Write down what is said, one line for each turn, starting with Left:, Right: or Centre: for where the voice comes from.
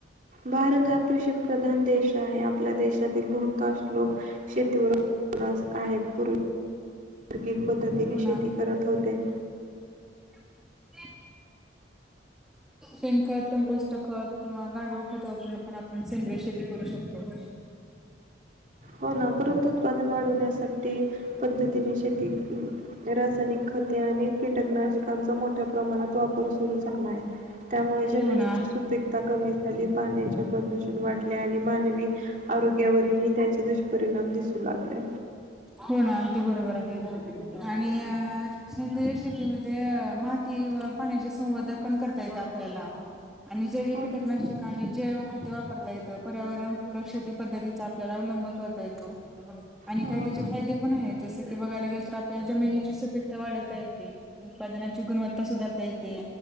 Right: भारत हा कृषी प्रधान देश आहे आपल्या देशातील बहुतांश लोक शेतीवर अवलंबून आहेत. पूर्वी <unintelligible> नैसर्गिक पद्धतीने
Centre: हो
Right: शेती करत होते.
Centre: ह <unintelligible> शेणखत, कंपोस्ट खत, किंवा गांडूळ खत वापरुन पण आपण सेंद्रिय शेती करू शकतो.
Right: हो ना परंतु उत्पादन वाढवण्यासा ठी. पद्धतीने शेती रासायनिक खते आणि कीटकनाशकांनचा मोठ्या प्रमाणात वापर सुरू झालाय. त्यामुळे जमिनीची
Centre: हो ना
Right: सुपीकता कमी झाली. पाण्याची प्रदूषण वाटले. आणि मानवी आरोग्यावरही त्याचे दुष्परिणाम दिसू लागले.
Centre: हो ना. अगदी बरोबर आहे. आणि सेंद्रिय शेतीमध्ये मा तीवर पाण्याचे संवादन पण करता येते आपल्याला. आणि जैविक
Right: हो
Centre: कीटकनाशक आणी जैव खते वापरता येतं. पर्यावरणपूरक शेती पद्धतीचा आपल्याला अवलंब करता येतो. आणि
Right: हो
Centre: का
Right: ना.
Centre: फायदे पण आहे. जस की बघायला गेल तर आपल्याला जमिनीची सुपिकता वाढवता येते. उत्पादनाची गुणवत्ता सुधारता येते.